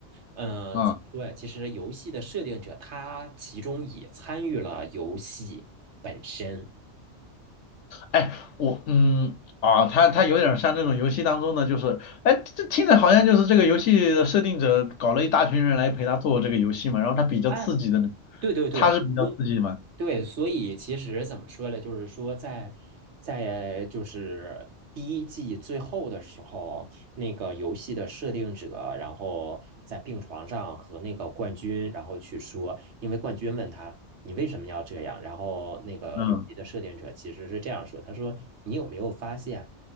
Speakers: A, on the right; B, on the left.
A: 呃，
B: 啊。
A: 怎么说呀？其实游戏的设定者他其中也参与了游戏本身。
B: 哎，我嗯啊，他他有点像那种游戏当中的，就是哎，这听着好像就是这个游戏的设定者搞了一大群人来陪他做这个游戏嘛，然后他比较刺激的，
A: 哎，对对对，
B: 他是比较刺激的嘛，
A: 我对，所以其实怎么说呢？就是说在，在就是第一季最后的时候，那个游戏的设定者，然后在病床上和那个冠军，然后去说，因为冠军问他你为什么要这样，然后那个游戏的设定者其实是这样说，
B: 嗯
A: 他说你有没有发现，